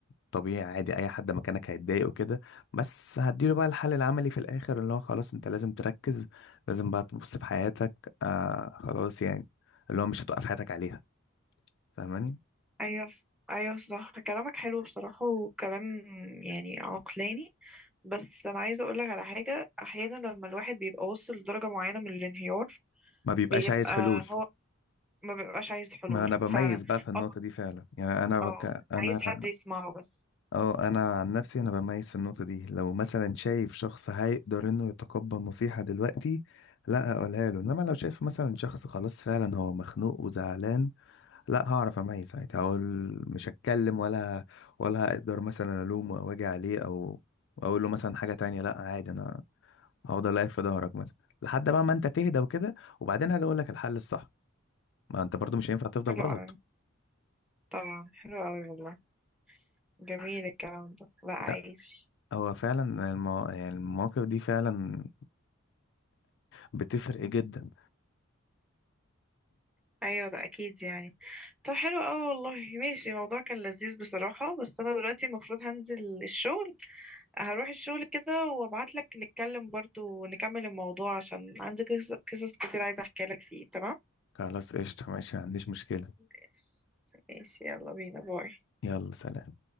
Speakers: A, on the left; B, in the centre.
A: طبيعي عادي اي حد مكانك هيتضايق وكده بس هديله بقى الحل العملي في الاخر اللي هو خلاص انت لازم تركز لازم بقى تبص في حياتك آه خلاص يعني اللي هو مش هتوقف حياتك عليها فاهماني
B: ايوه ايوه صح كلامك حلو بصراحة وكلام يعني عقلاني بس انا عايزة اقولك على حاجة احيانا لما الواحد بيبقى وصل لدرجة معينة من الانهيار
A: ما بيبقاش
B: بيبقى
A: عايز حلول
B: هو ما بيبقاش عايز حلول
A: ما انا بميز
B: فعلا
A: بقى في النقطة
B: اه
A: دي فعلا يعني انا بك...
B: اه
A: انا
B: عايز حد يسمعه بس
A: اه انا عن نفسي انا بميز في النقطه دي لو مثلا شايف شخص هيقدر انه يتقبل نصيحه دلوقتي لا اقولها له انما لو شايف مثلا شخص خلاص فعلا هو مخنوق وزعلان لا هعرف اميز ساعتها هقول مش هتكلم ولا ولا هقدر مثلا الومه او اجي عليه او اقول له مثلا حاجه تانية لا عادي انا هفضل واقف في ظهرك مثلا لحد بقى ما انت تهدى وكده وبعدين هاجي اقول لك الحل الصح ما انت برضو مش هينفع تفضل
B: حلو
A: غلط
B: اوي طبعا حلو اوي والله جميل الكلام ده لا عايش
A: لا هو فعلا المو... يعني المواقف دي فعلا بتفرق جدا
B: ايوه ده اكيد يعني طب حلو اوي والله ماشي الموضوع كان لذيذ بصراحة بس انا دلوقتي المفروض هنزل الشغل هروح الشغل كده وابعت لك نتكلم برضو ونكمل الموضوع عشان عندي قصص قصص كتير عايزة احكي لك فيه تمام
A: خلاص قشطة ماشي ما عنديش مشكلة
B: ماشي ماشي، يلا بينا باي
A: يلا سلام